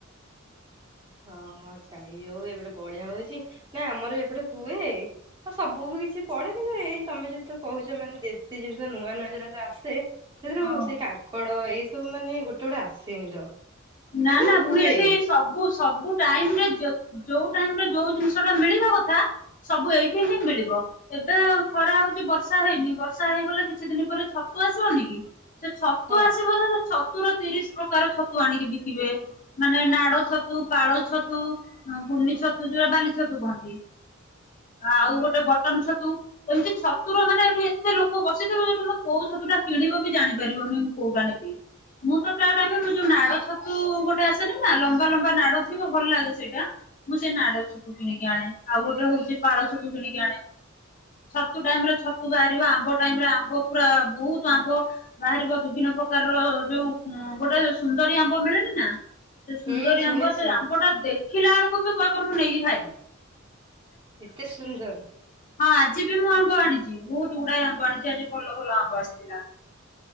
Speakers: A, on the right; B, on the left.
A: ହଁ, ହଁ ଯାଇ ହଉ। ଏପଟେ ବଢିଆ ହଉଛି। ନାଇଁ ଆମର ଏପଟେ ହୁଏ। ଆଉ ସବୁ ବି କିଛି ପଡେ, କିନ୍ତୁ ଏଇ ତମେ ଯଦି ତ କହୁଛ ମାନେ ଦେଶୀ ଜିନିଷ ନୂଆ ନୂଆ ଜଉରାକ ଆସେ ସେଥିରୁ
B: ହଁ।
A: ସେ କାଙ୍କଡ ଏଇ ସବୁ ମାନେ ଗୋଟେ ଗୋଟେ ଆସେନି ତ
B: ନା
A: କିନ୍ତୁ
B: ନା ପୁଣି
A: ହୁଏ
B: ଏଠି ସବୁ ସବୁ ଟାଇମ୍ ରେ ଯୋଉ ଟାଇମ୍ ରେ ଯୋଉ ଜିନିଷ ସେଟା ମିଳିବା କଥା, ସବୁ ଏଇଠି ହିଁ ମିଳିବ। ଏବେ ଖରା ହଉଛି, ବର୍ଷା ହେଇନି। ବର୍ଷା ହେଇଗଲେ କିଛି ଦିନ ପରେ ଛତୁ ଆସିବନି କି? ସେ ଛତୁ
A: ହଁ
B: ଆସିବର-ର୍ ଛତୁର ର ତିରିଶ ପ୍ରକାର ଛତୁ ଆଣିକି ବି ଶଖିବେ, ମାନେ ନାଡ ଛତୁ, ପାଳ ଛତୁ ହଁ, ଗୁଣ୍ନି ଛତୁ ଯୋଉରା ବାଲି ଛତୁ କହନ୍ତି, ଆଉ ଗୋଟେ ବଟନ୍ ଛତୁ ଏମିତି ଛତୁର ମାନେ ଏଠୁ ଏତେ ଲୋକ ବସିଥିବେ ଯେ, ତମେ କୋଉ ଛତୁ ଟା କିଣିବ ବି ଜାଣିପାରିବନି, ମୁଁ କୋଉଟା ନେବି? ମୁଁ ତ ପ୍ରାୟ ଟାଇମ୍, ମୁଁ ଯୋଉ ନାଡ ଛ ଛତୁ ଗୋଟେ ଆସେନି ନା, ଲମ୍ବା ଲମ୍ବା ନାଡ ଥିବ ଭଲ ଲାଗେ ସେଇଟା। ମୁଁ ସେ ନାଡ ଛତୁ କିଣେ। ଆଣେ, ଆଉ ଗୋଟେ ହଉଛି ପାଳ ଛତୁ କିଣିକି ଆଣେ। ଛତୁ ଟାଇମ୍ ରେ ଛତୁ ବାହାରିବ। ଆମ୍ବ ଟାଇମ୍ ରେ ଆମ୍ବ ପୁରା ବହୁତ ଆମ୍ବ। ବାହାରିବ ବିଭିନ୍ନ ପ୍ରକାରର ଯୋଉ ଗୋଟେ ସୁନ୍ଦରୀ ଆମ୍ବ୍ ଆମ୍ବ ମିଳେନିନା! ସେ ସୁନ୍ଦରୀ
A: ହୁଁ ଶୁଣିଛି।
B: ଆମ୍ବ ସେ ଆମ୍ବ ଟା ଦେଖିଲା ଅଳକୁ ବି କହିବ ମୁଁ ନେଇକି ଖାଇଦେବି।
A: ଏତେ ସୁନ୍ଦରୀ।
B: ହଁ, ଆଜି ବି ମୁଁ ଆମ୍ବ ଆଣିଚି। ବହୁତ ଗୁଡାଏ ଆମ୍ବ ଆଣିଚି, ଆଜି ଭଲ ଭଲ ଆମ୍ବ ଆସିଥିଲା।